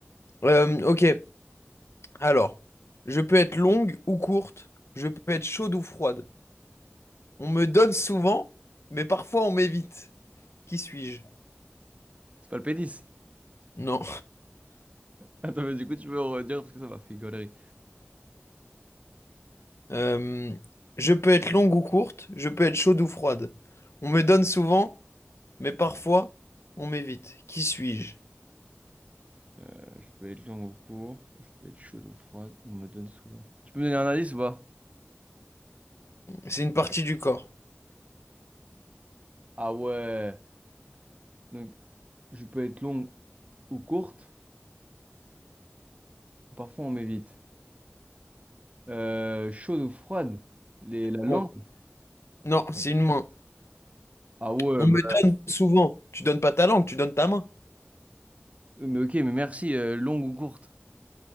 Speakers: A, on the left; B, on the right.
A: Euh, ok, alors, je peux être longue ou courte, je peux être chaude ou froide. On me donne souvent, mais parfois on m'évite. Qui suis-je?
B: c'est pas le pénis.
A: Non.
B: Attends, mais du coup, tu peux redire parce que ça m'a fait une connerie.
A: Euh, je peux être longue ou courte, je peux être chaude ou froide. On me donne souvent, mais parfois on m'évite. Qui suis-je?
B: Euh, je peux être lent ou court, je peux être chaude ou froide, on me donne souvent. Tu peux me donner un indice ou pas?
A: C'est une partie du corps.
B: Ah ouais, donc je peux être longue ou courte, parfois on m'évite. Euh, chaude ou froide, les, la
A: Bon,
B: langue.
A: non, c'est une main.
B: Ah ouais,
A: On
B: bah,
A: me donne souvent. Tu donnes pas ta langue, tu donnes ta main.
B: Mais ok, mais merci, euh, longue ou courte?